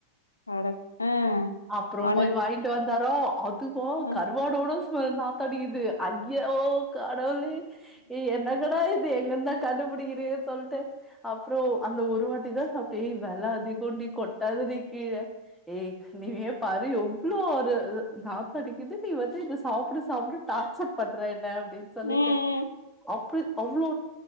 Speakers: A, on the left; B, in the centre.
A: அட ஆ,
B: அப்றம்
A: ஆனா
B: போய் வாய்ண்ட்டு வந்தாரா அதுவா
A: அ.
B: கருப் ஓடு கூடோ ஸ்மெல் நாத்தடிக்குது அய்யோ கடவுளே ஏ என்னங்டா இது எங்கந்தா கண்டுபிடிக்கிறியோ சொல்ட்டு அப்றோ அந்த ஒரு வாட் டிதா சாப்ட்டே ஏ வெல அதிகொன்டி கொட்டாதடி கீழ ஏ நீனே பாரு எவ்ளோ ஒரு இது நாத்தடிக்குது நீ வந்து இத சாப்டு சாப்டுன் டார்ச்சர் பண்ற என்ன அப்டின் சொல்லிட்டே
A: ம், ம்,
B: அப்படி அவ்வளோ